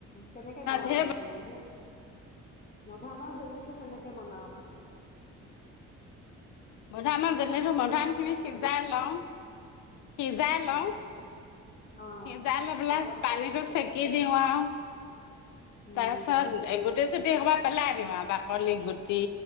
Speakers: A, on the left (about 30°); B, on the left (about 75°).
A: কেনেকে বনা
B: ধেৰ
A: আজ হেৰী হাক। মধামাহ জেলটো কেনেকে বনাও মানে।
B: মধাম অ জেলি
A: মানে
B: টো
A: জাম
B: মধাআম
A: আৰু
B: খিনি সিজাই লওঁ। সিজাই লওঁ।
A: অ অ',
B: সিজাই লৈ পেলাই
A: পাবা
B: পানীটো চেকি দিওঁ আৰু
A: উম,
B: তাৰপিছত গুটি চুটি হেখোপা পেলাই দিওঁ আৰু বাকলি গুটি।